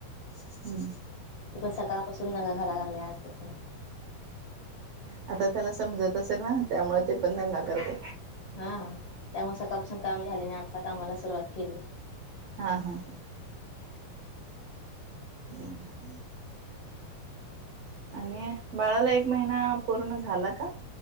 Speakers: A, on the right; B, on the left.
A: हम्म
B: ते पण सकाळपासून दंगा घालायला लागले आज ते पण
A: आता त्याला समजत असेल ना त्यामुळे ते पण दंगा करतय
B: हा त्यामुळे सकाळपासून काम झाले नाही आणि आत्ता कामाला सुरुवात केली.
A: हा हा हम् हम आणि बाळाला एक महिना पूर्ण झाला का?